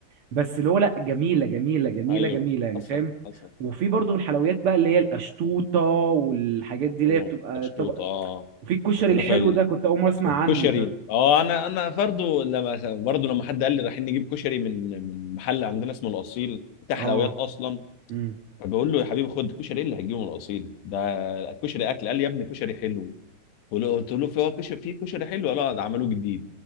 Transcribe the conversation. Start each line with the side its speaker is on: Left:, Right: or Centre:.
Right: بس اللي هو لا جميله جميله جميله
Left: ايوه
Right: جميله يعني
Left: حصل
Right: فاهم
Left: حصل
Right: وفي برضو من الحلويات بقى اللي هي القشطوطه والحاجات دي اللي
Left: اوه
Right: هي بتبقى
Left: مشطوط
Right: طبق
Left: اه
Right: وفي الكشري
Left: كنا
Right: الحلو
Left: في ال...
Right: ده كنت اول مره اسمع
Left: والكشري
Right: عنه ده
Left: اه انا انا برضو لما برضو لما حد قال لي رايحين نجيب كشري من من محل عندنا اسمه الاصيل بتاع حلويات
Right: اه
Left: اصلا
Right: امم
Left: فبقول له يا حبيبي خد كشري ايه اللي هتجيبه من الاصيل ده الكشري اكل قال لي يا ابني كشري حلو قول- قلت له في هو كشري في كشري حلو قال اه ده عملوه جديد